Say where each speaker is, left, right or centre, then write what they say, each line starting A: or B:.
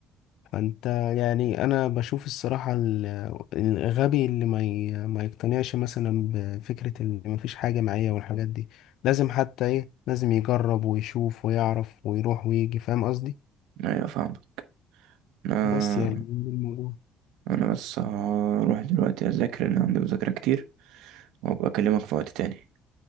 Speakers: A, on the left; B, on the right.
A: فانت يعني انا بشوف الصراحة ال- الغبي اللي ما ي- ما يقتنعش مثلا بفكرة اللي ما فيش حاجة معايا والحاجات دي لازم حتى ايه لازم يجرب ويشوف ويعرف ويروح ويجي فاهم قصدي
B: ايوه فاهمك انا
A: بس يعني ده الموضوع
B: انا بس هروح دلوقتي اذاكر لان عندي مذاكرة كتير وابقى اكلمك في وقت تاني